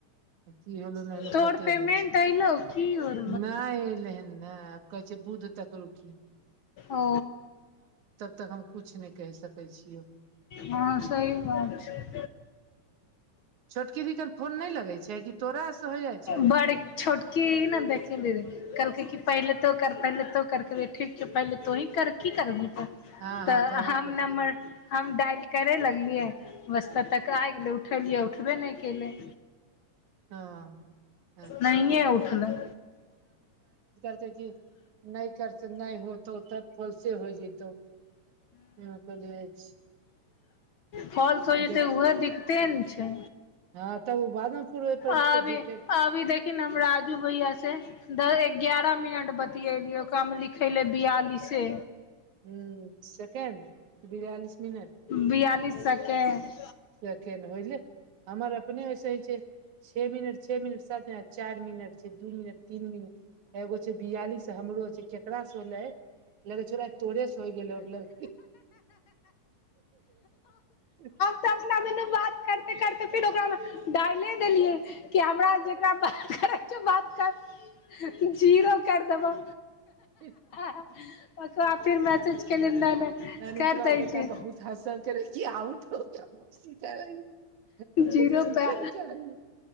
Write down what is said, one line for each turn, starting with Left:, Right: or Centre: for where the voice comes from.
Right: की होलो नय होलो
Left: तोहर
Right: पते
Left: पेमेंट
Right: नय छै।
Left: ऐलौ की होर
Right: नय एलहेन नय कैछय बूध तक रूकिहें।
Left: ओ
Right: तक हम किछु नहि कहि सकै छियौ
Left: हँ सही बात छै।
Right: छोटकी दी कन फोन नहि लगै छै कि तोरा से हो जाइ छौ
Left: बड़ड। छोटकी इने देखी दीदी, कलके कि पहिले तो कर पहले तो कर कलिये ठीक छौ पहले तोहिं कर। की करऽबय?
Right: हँ
Left: तऽ
Right: हँ कहबे
Left: हम
Right: कर
Left: नम्मर
Right: छै
Left: हम डाइल करे लगलियै। बस्त तक आ गेइलै उठैलियै, उठबे ने केलय।
Right: हँ अच्छा
Left: नहियें उठलय।
Right: देखी नय करस नय होतौ तब फालसे हो जेइतो। हँ कलियय <unintelligible> छी।
Left: फाल्स हो जइते
Right: देख
Left: उहो दिक्कते ने छै।
Right: हँ तब ओ बादमे पूरे पर
Left: आबीऽ
Right: ते झूठे
Left: आबी- देख किन हम राजू भैया से। द -एग्यारह मिनट बतियेलियै ओकामे लिखैइले बियालिसे
Right: ह सेकेंड, बिआालिस मिनट।
Left: बियालिस सकेड।
Right: सखे ने होइ ल, हमर अपने वषय छै। छ मिनट, छ मिनट, सात मिनट, चार मिनट छै, दू मिनट, तीन मिनट। एगो छै बियालिस हमरो छै, केकरास से होलै? लग छेला, तोरे से होइ गेलैर। <unintelligible>
Left: सपना मे बात करते -करते, फिर ओकरामे डालले देलियै। कि हमरा जेकरा बात रखौ बात कर, जीरो करि देबौ।
Right: <inaudible>
Left: ओकराद फिर मैसेजके लेल ल
Right: अनितवा
Left: कर दै
Right: के बेटा
Left: छै।
Right: बहुत हँसल करे कि आउट हो गया मौसी करेंगे हम कहे
Left: जीरो
Right: ठीके
Left: प
Right: ने करेंगे